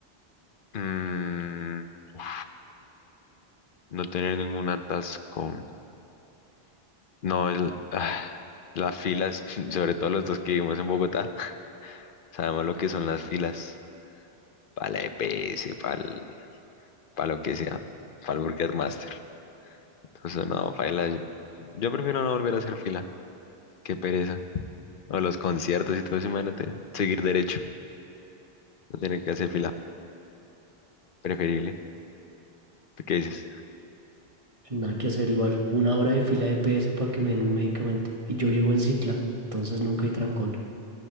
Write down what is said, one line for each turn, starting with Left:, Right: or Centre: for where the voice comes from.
Left: mm, uf, no tener ningún atasco. No, el, ah, las filas, <laughs> sobre todo los dos que vivimos en Bogotá, <laughs> sabemos lo que son las filas para la E P S para lo que sea, para el Burger Master. Entonces, no, paila, yo prefiero no volver a hacer fila, qué pereza. O los conciertos y todo eso, imagínate, seguir derecho, no tener que hacer fila, preferible. ¿Tú qué dices?
Right: Nada que hacer igual, una hora de fila de PS para que me den un medicamento. Y yo llego en cicla, entonces nunca hay trancón.